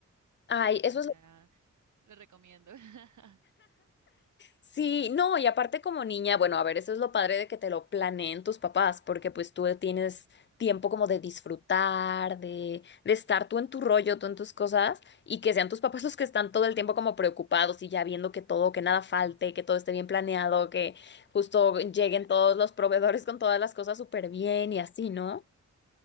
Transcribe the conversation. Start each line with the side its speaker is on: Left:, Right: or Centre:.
Left: Ay, eso
Right: O sea,
Left: es
Right: Lo recomiendo. <laughs>
Left: Sí, no, y aparte como niña, bueno, a ver, eso es lo padre de que te lo planeen tus papás, porque pues tú tienes tiempo como de disfrutar, de, de estar tú en tu rollo, tú en tus cosas, y que sean tus papás <laughs> los que están todo el tiempo como preocupados y ya viendo que todo, que nada falte, que todo esté bien planeado, que justo lleguen todos los proveedores con todas las cosas súper bien y así, ¿no?